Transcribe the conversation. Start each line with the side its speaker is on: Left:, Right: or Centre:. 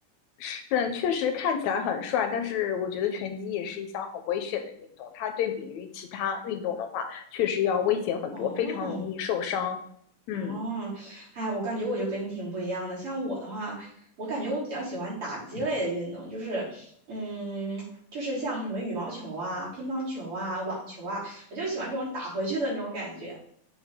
Left: 是，嗯确实看起来很帅，但是我觉得拳击也是一项很危险的运动。它对比于其他运动的话，确实要危险很多，
Right: 哦，
Left: 非常容易受伤。嗯，
Right: 哦，哎，我感觉我就跟你挺不一样的。像我的话，我感觉我比较喜欢打击类的运动，就是，嗯，就是像什么羽毛球啊、乒乓球啊、网球啊，我就喜欢这种打回去的那种感觉。